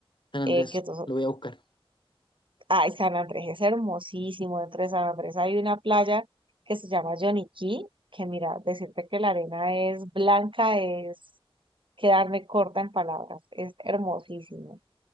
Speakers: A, on the left; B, on the right.
A: San Andrés,
B: eh, que to-
A: lo voy a buscar.
B: ay, San Andrés es hermosísimo, dentro de San Andrés hay una playa que se llama Yoniquí, que mira, decirte que la arena es blanca es quedarme corta en palabras, es hermosísimo.